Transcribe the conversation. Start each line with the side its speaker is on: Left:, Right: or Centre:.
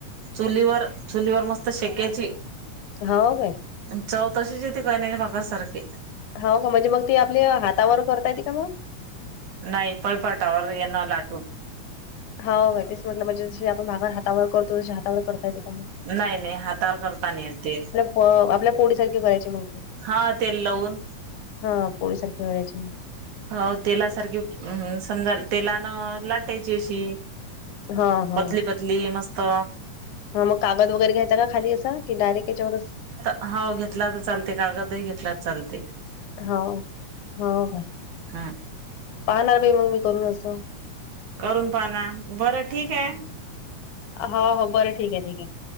Right: चुलीवर चुलीवर मस्त शेक्यायची.
Left: हाव काय?
Right: अनं चव तीशीच येते कळण्याच्या भाकरा सारखी.
Left: होव का म्हणजे मग ती आपल्या हातावर करता येते का म?
Right: नाही पळपाटावर येणार लाटून.
Left: हाव तेच म्हटलं म्हणजे जी आपण भाकर हातावर करतो तशी हातावर करता येते का म?
Right: नाही नाही हातावर करता नाही येत ती.
Left: हो आपल्या फोडीसारखी व्हयाची मंग.
Right: हा तेल लावून.
Left: हां पोळीसारखी करायची मग.
Right: होव तेलासारखी समजा तेलान लाटायची अशी.
Left: हां, हां.
Right: पतली पतली मस्त.
Left: हा म कागद वगैरे घ्यायचा का खाली असा कि डायरेक्ट ह्याच्यावरच.
Right: हाव घेतला त चालते कागदही घेतला चालते.
Left: हाव हो.
Right: हां.
Left: पाहणार बाई मग मी करून असं.
Right: करून पाहाना बरं ठिक आहे.
Left: अ हो हो बरं ठिक आहे ठिक आहे.